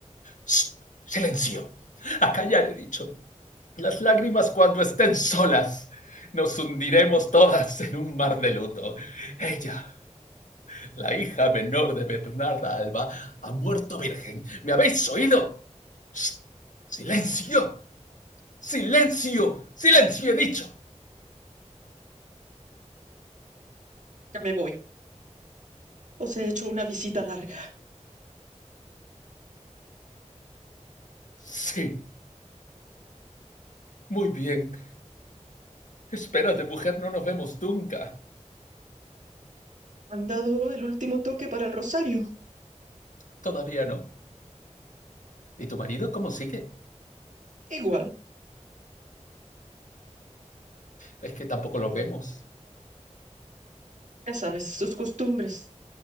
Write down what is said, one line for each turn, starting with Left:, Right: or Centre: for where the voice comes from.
Left: ¡Shh! ¡Silencio! A callar he dicho. Las lágrimas cuando estén solas. Nos hundiremos todas en un mar de luto. Ella, la hija menor de Bernarda Alba, ha muerto virgen. ¿Me habéis oído? ¡Shh! ¡Silencio! ¡Silencio! ¡Silencio! He dicho.
Right: Ya me voy. Os he hecho una visita larga.
Left: Sí, muy bien. Espérate, mujer, no nos vemos nunca.
Right: Han dado el último toque para el rosario.
Left: Todavía no. ¿Y tu marido cómo sigue?
Right: Igual,
Left: Es que tampoco lo vemos.
Right: ya sabes, sus costumbres.